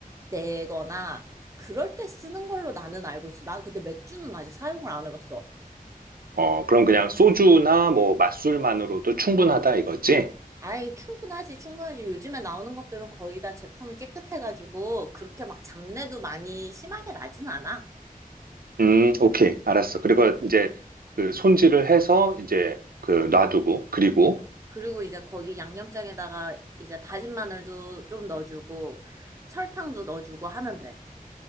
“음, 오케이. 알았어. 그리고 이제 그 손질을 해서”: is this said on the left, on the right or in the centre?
Right